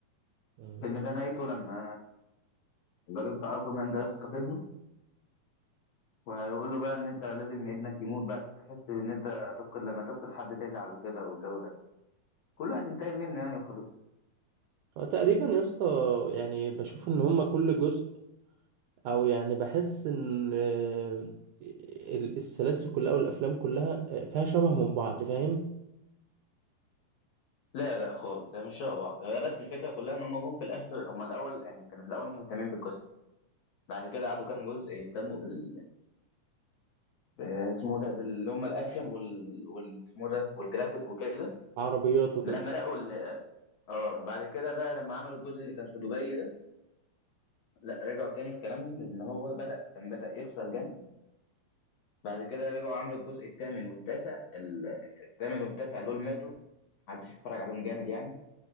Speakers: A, on the right; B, on the left.
A: مم.
B: الفيلم ده نهايته لما الراجل بتاع اكوامان ده يخطف ابنه ويقول له بقى ان انت لازم ابنك يموت بقى عشان تحس ان انت هتفقد لما تفقد حد تزعل وكده والجو ده كله عايز ينتقم منه يعني وخلاص
A: هو تقريبا يا اسطى يعني بشوف ان هما كل جزء او يعني بحس ان آه، ال- السلاسل كلها والافلام كلها آه، فيها شبه من بعض فاهم
B: لا لا خالص هي مش شبه بعض هي بس الفكره كلها ان هم جم في الاخر هم الاول يعني كانوا في الاول مهتمين بالقصه بعد كده قعدوا كام جزء يهتموا بال ب- اسمه ده بال- اللي هم الاكشن وال, وال... اسمه ده والجرافيك وكده
A: عربيات وكده
B: لما لقوا ال- اه بعد كده بقى لما عملوا الجزء اللي كان في دبي ده لا رجعوا تاني في كلامهم لان هو بدأ كان بدأ يخسر جامد بعد كده رجعوا عملوا الجزء الثامن والتاسع ال- الثامن والتاسع دول ماتوا محدش اتفرج عليهم جامد يعني